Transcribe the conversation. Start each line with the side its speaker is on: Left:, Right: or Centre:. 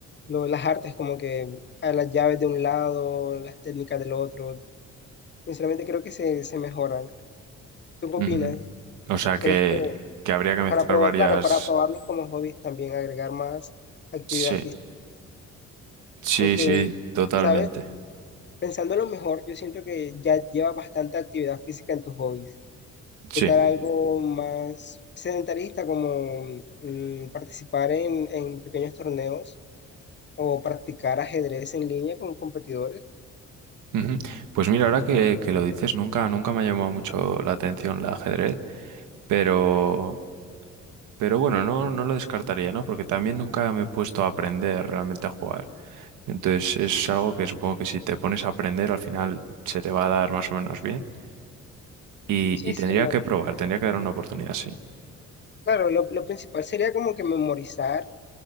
Left: lo- las artes, como que a las llaves de un lado, las técnicas del otro. Sinceramente creo que se, se mejoran. ¿Tú qué
Right: ujú.
Left: opinas?
Right: O sea que,
Left: ¿Crees que
Right: que habría que mezclar
Left: para probar,
Right: varias.
Left: claro, para probarlos como hobbies también agregar más actividad
Right: Sí,
Left: física?
Right: sí,
Left: Aunque,
Right: sí, totalmente.
Left: ¿sabes? Pensándolo mejor, yo siento que ya llevas bastante actividad física en tus hobbies.
Right: Sí.
Left: ¿Qué tal algo más sedentarista como mm, participar en, en pequeños torneos o practicar ajedrez en línea con competidores?
Right: ujú. Pues mira, ahora que, que lo dices, nunca, nunca me ha llamado mucho la atención el ajedrez, pero Pero bueno, no, no lo descartaría, ¿no? Porque también nunca me he puesto a aprender realmente a jugar. Entonces es algo que supongo que si te pones a aprender al final se te va a dar más o menos bien. Y,
Left: Sí,
Right: y tendría
Left: sí, lo-
Right: que probar, tendría que dar una oportunidad, sí.
Left: claro, lo, lo principal sería como que memorizar